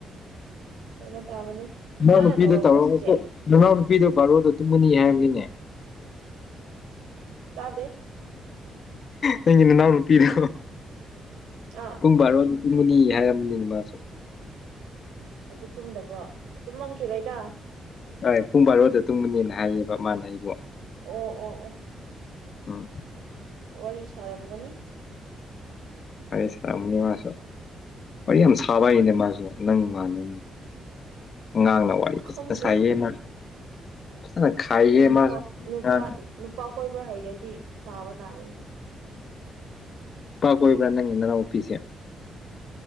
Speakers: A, on the right; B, on the left.
A: ꯎꯝ ꯇꯥꯕꯅꯤ
B: ꯃꯅꯥꯎ
A: ꯅꯪꯅ
B: ꯅꯨꯄꯤꯗꯣ
A: ꯇꯧꯔꯛꯄ꯭ꯔꯥ
B: ꯇꯧꯔ
A: ꯁꯤꯁꯦ
B: ꯅꯅꯥꯎ ꯅꯨꯄꯤꯗꯣ ꯕꯥꯔꯣꯗ ꯇꯨꯝꯒꯅꯤ ꯍꯥꯏꯕꯅꯤꯅꯦ
A: ꯇꯥꯗꯦ
B: ꯅꯪꯒꯤ ꯅꯅꯥꯎ ꯅꯨꯄꯤꯗꯣ
A: ꯑꯥ
B: ꯄꯨꯡ ꯕꯥꯔꯣꯗ ꯇꯨꯝꯒꯅꯤ ꯍꯥꯏꯔꯝꯕꯅꯤꯅꯦ ꯃꯥꯁꯨꯦ
A: ꯑꯗꯨ ꯇꯨꯝꯗꯕ꯭ꯔꯣ ꯇꯨꯝꯃꯝꯈꯤꯔꯣꯏꯗ
B: ꯍꯣꯏ ꯄꯨꯡ ꯕꯥꯔꯣꯗ ꯇꯨꯝꯕꯅꯦꯅ ꯍꯥꯏꯌꯦꯕ ꯃꯥꯅ ꯑꯩꯕꯨ
A: ꯑꯣ ꯑꯣ ꯑꯣ
B: ꯑꯝ
A: ꯋꯥꯔꯤ ꯁꯥꯔꯝꯒꯅꯤ
B: ꯑꯩꯁꯃꯨꯅꯤꯃꯁꯨ <inaudible> ꯋꯥꯔꯤ ꯌꯥꯝ ꯁꯥꯕ ꯍꯥꯏꯅꯦ ꯃꯥꯁꯨ ꯅꯪ ꯃꯥꯟꯕꯅꯦ ꯑꯉꯥꯡꯅ ꯋꯥꯔꯤ ꯐꯖꯅ
A: ꯈꯪꯗꯦ
B: ꯁꯥꯏꯌꯦ ꯃꯥ ꯐꯖꯅ ꯈꯥꯏꯌꯦ
A: ꯅꯨꯄꯥ
B: ꯃꯥꯁꯨ
A: ꯅꯨꯄꯥ
B: ꯑꯉꯥꯡꯅ
A: ꯅꯨꯄꯥ ꯀꯣꯏꯕ ꯍꯩꯌꯦ ꯁꯕꯗꯥꯕꯅꯤ
B: ꯅꯨꯄꯥ ꯀꯣꯏꯕ꯭ꯔ ꯅꯪꯒꯤ ꯅꯅꯥꯎ ꯅꯨꯄꯤꯁꯦ